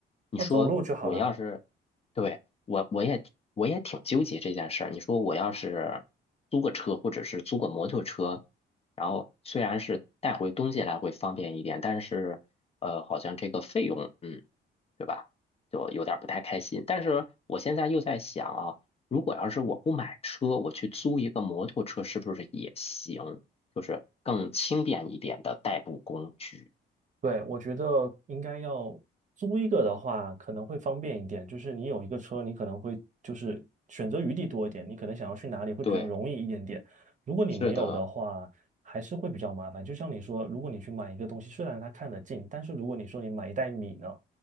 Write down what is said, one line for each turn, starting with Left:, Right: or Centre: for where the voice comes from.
Left: 你说我要是，
Right: 那走路就好了。
Left: 对，我我也我也挺纠结这件事儿。你说我要是租个车，或者是租个摩托车。然后虽然是带回东西来会方便一点，但是呃，好像这个费用，嗯，对吧？就有点儿不太开心。但是我现在又在想啊，如果要是我不买车，我去租一个摩托车，是不是也行？就是更轻便一点的代步工具。
Right: 对，我觉得应该要租一个的话，可能会方便一点。就是你有一个车，你可能会就是选择余地多一点，你可能想要去哪里会比较容易一点点。
Left: 对，
Right: 如果你没有的话，
Left: 是的，
Right: 还是会比较麻烦。就像你说，如果你去买一个东西，虽然它看得近，但是如果你说你买一袋米呢，